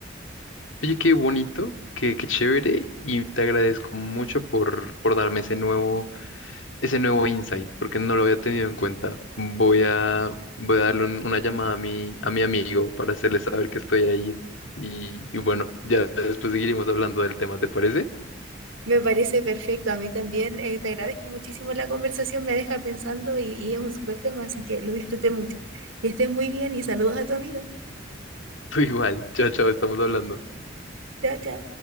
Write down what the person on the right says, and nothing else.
Me parece perfecto. A mí también eh, te agradezco muchísimo la conversación, me deja pensando y, y es un súper tema, así que lo disfruté mucho. Y estés muy bien y saludos a tu amigo.
Chao, chao.